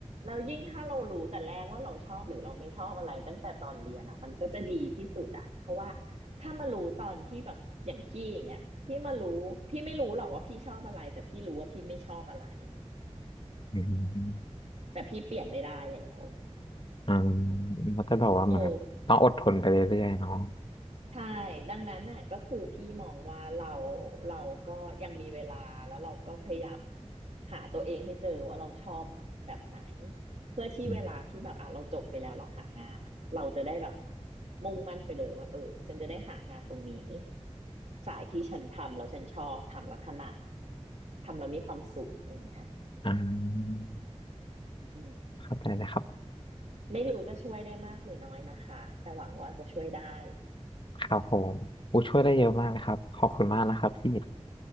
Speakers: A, on the right; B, on the left.
A: เรายิ่งถ้าเรารู้แต่แรกว่าเราชอบหรือเราไม่ชอบอะไรตั้งแต่ตอนเรียนอ่ะมันก็จะดีที่สุดอ่ะเพราะว่าถ้ามารู้ตอนที่แบบอย่างพี่อย่างเงี้ยพี่มารู้พี่ไม่รู้หรอกว่าพี่ชอบอะไรแต่พี่รู้ว่าพี่ไม่ชอบอะไร
B: ๆอืม
A: แต่พี่เปลี่ยนไม่ได้แล้ว
B: อ่าเขาจะบอกว่าเหมือนกับต้องอดทนไปเรื่อยๆเนาะ
A: เออ ใช่ดังนั้นน่ะก็คือพี่มองว่าเราเราก็ยังมีเวลาแล้วเราก็พยายามหาตัวเองให้เจอว่าเราชอบแบบไหนเพื่อที่เวลาที่แบบอ่ะเราจบไปแล้วเราหางานอ่ะเราจะได้แบบ
B: อืม
A: มุ่งมั่นไปเลยว่าเออฉันจะได้หางานตรงนี้สายที่ฉันทำแล้วฉันชอบทำแล้วถนัดทำแล้วมีความสุขอะไรเงี้ย
B: อ่า
A: อืม
B: เข้าใจนะครับ
A: ไม่รู้จะช่วยได้มากหรือน้อยนะคะแต่หวังว่าจะช่วยได้
B: ครับผมอู้ช่วยได้เยอะมากเลยครับขอบคุณมากนะครับพี่